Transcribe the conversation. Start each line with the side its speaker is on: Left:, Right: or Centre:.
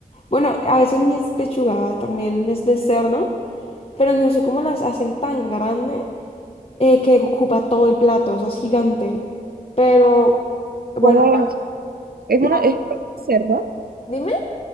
Left: Bueno, a veces ni es pechuga, también es de cerdo. Pero no sé cómo las hacen tan grande eh, que ocupa todo el plato, o sea, es gigante. Pero, bueno,
Right: ¿Cómo
Left: la-
Right: es? Es
Left: la-
Right: una, es cerdo,
Left: dime,